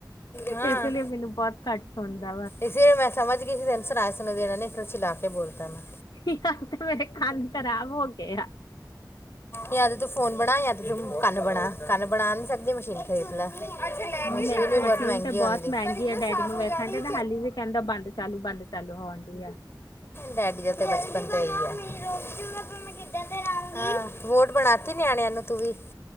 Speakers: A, on the left; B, on the left.
A: ਹਾਂ
B: ਇਸੇ ਲਈ ਮੈਨੂੰ ਬਹੁਤ ਘੱਟ ਸੁਣਦਾ ਆ
A: ਇਸੇ ਲਈ ਮੈਂ ਸਮਝ ਗੀ ਫੇਰ ਸੁਣਾਇਆ ਸੁਨੂੰ ਈ ਦੇਣਾ ਨੇ ਫੇਰ ਚਲਾ ਕੇ ਬੋਲਤਾ ਮੈਂ
B: ਹੀ ਹਾ ਤੇ ਮੇਰੇ ਕੰਨ ਖ਼ਰਾਬ ਹੋ ਗਏ ਆ
A: ਜਾਂ ਤੇ ਤੂੰ ਫੋਨ ਬਣਾ ਜਾਂ ਫਿਰ ਤੂੰ ਕੰਨ ਬਣਾ ਕੰਨ ਬਣਾ ਨ ਈ ਸਕਦੀ ਮਸ਼ੀਨ ਦੇਖ ਲੈ ਐ ਅੱਛਾ ਲੈ ਕੇ ਜਾਣਾ ਆ ਮਸ਼ੀਨ
B: ਮਿਸ
A: ਵੀ ਬਹੁਤ ਮਹਿੰਗੀ
B: ਤੇ
A: ਹੁੰਦੀ
B: ਬਹੁਤ
A: ਈ
B: ਮਹਿੰਗੀ
A: ਪਰ ਇਸ
B: ਆ
A: ਨਾਲ
B: ਡੈਡੀ
A: ਸਾਫ
B: ਨੂੰ ਵੇਖਣ
A: ਹੋ ਜਾਣੀ
B: ਡੇ
A: ਈ
B: ਹਾਲੀ ਵੀ ਕਹਿੰਦਾ ਬੰਦ ਚਾਲੂ ਬੰਦ ਚਾਲੂ ਹੋਣ ਡੀ ਆ
A: ਡੈਡੀ ਦਾ ਤੇ ਬਚਪਨ ਤੇ ਈ ਆ ਮੈਂ ਰੂੜ ਜੂਗਾ ਆ ਫੇਰ ਮੈਂ ਕਿੱਦਾਂ ਆ ਫੇਰ ਆਉਗੀ ਈ ਆ ਵੋਟ ਬਣਾ ਤੀ ਨਿਆਣਿਆਂ ਨੂੰ ਤੂੰ ਵੀ